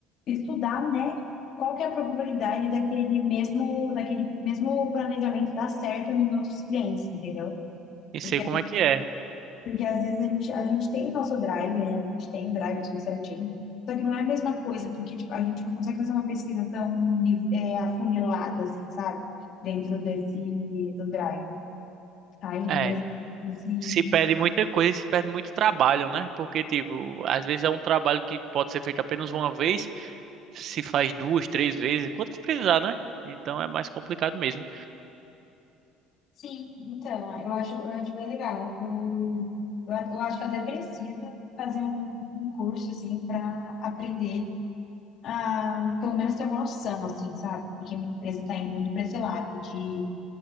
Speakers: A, on the left (about 50°); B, on the right (about 50°).
A: estudar, né, qual que é a probabilidade daquele mesmo, daquele mesmo planejamento dar certo em outros clientes, entendeu?
B: e
A: Porque,
B: sei como é que é.
A: porque às vezes a gente, a gente tem o nosso drive, né, a gente tem o drive tudo certinho, só que não é a mesma coisa, porque tipo, a gente não consegue fazer uma pesquisa tão é, afunilada, assim, sabe? Dentro desse do drive. Aí,
B: É,
A: nesse, nesse
B: se perde muita coisa, e se perde muito trabalho, né? Porque tipo, às vezes é um trabalho que pode ser feito apenas uma vez se faz duas, três vezes, quantas precisar, né? Então é mais complicado mesmo.
A: Sim, então, eu acho, eu acho bem legal. Eu, eu, a- eu acho que eu até preciso fazer um, um curso, assim, para aprender a, pelo menos, ter uma noção, assim, sabe? Porque minha empresa está indo muito para esse lado de,